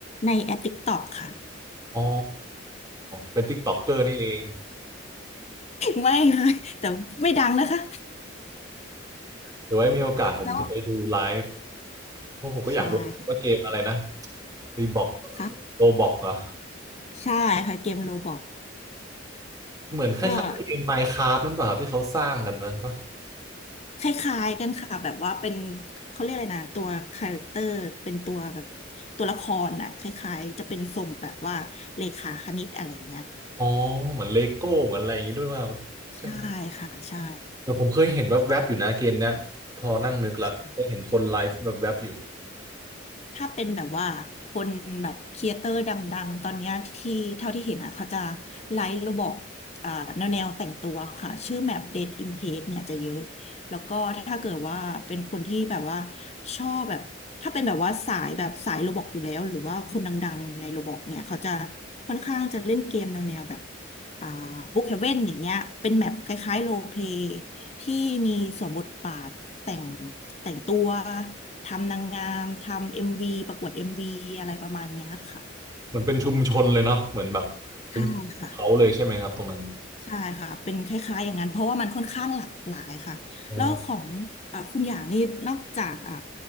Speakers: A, on the left; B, on the right.
A: ในแอป TikTok ค่ะ
B: อ๋อเป็นติ๊กต็อกเกอร์นี่เอง
A: ไม่ค่ะแต่ไม่ดังนะคะ
B: หรือว่ามีโอกาสผมจะไปดูไลฟ์
A: <laughs> แล้ว
B: เพราะผมก็อยากรู้ว่าเกมอะไรนะ
A: ใช่ค่ะ
B: รีบอก
A: รับ
B: โรบอกเหรอ
A: ใช่ค่ะเกมโรบอก
B: เหมือนคล้ายๆเกม
A: ก็
B: Minecraft นั่นป่ะครับที่เขาสร้างกันนั้นป่ะ
A: คล้ายๆกันค่ะแบบว่าเป็นเขาเรียกอะไรนะตัวคาแรคเตอร์เป็นตัวแบบตัวละครน่ะคล้ายๆจะเป็นทรงแบบว่าเลขาคณิตอะไรอย่างเงี้ย
B: อ๋อเหมือนเลโก้เหมือนอะไรอย่างนี้ด้วยป่ะครับใช่ไหม
A: ใช่ค่ะใช่
B: เหมือนผมเคยเห็นแวบๆอยู่นะเกมเนี้ยพอนั่งนึกละเคยเห็นคนไลฟ์แวบๆอยู่
A: ใช่ ถ้าเป็นแบบว่าคนแบบครีเอเตอร์ดังๆ ตอนเนี้ยที่เท่าที่เห็นอ่ะเขาจะไลฟ์ระบบอ่าแนวแนวแต่งตัวค่ะชื่อแมป d a d in Page เนี่ยจะเยอะแล้วก็ถ้าเกิดว่าเป็นคนที่แบบว่าชอบแบบถ้าเป็นแบบว่าสายแบบสายโรบอกอยู่แล้วหรือว่าคนดังๆในโรบอกเนี่ยเขาจะค่อนข้างจะเล่นเกมแนวแนวแบบ อ่าบุ๊กเฮเว่นอย่างเงี้ยเป็นแมปคล้ายๆโรลเพลย์ที่มีสวมบทบาทแต่งแต่งตัวทำนางงามทำเอ็มวีประกวดเอ็มวีอะไรประมาณเนี้ยค่ะ
B: เหมือนเป็นชุมชนเลยเนาะเหมือนแบบเป็นของเขาเลยใช่ไหมครับตรงนั้น
A: ใช่ค่ะใช่ค่ะเป็นคล้ายๆอย่างนั้นเพราะว่ามันค่อนข้างหลากหลายค่ะแล้วของอ่าคุณอย่างนี่นอกจากอ่า
B: อ๋อ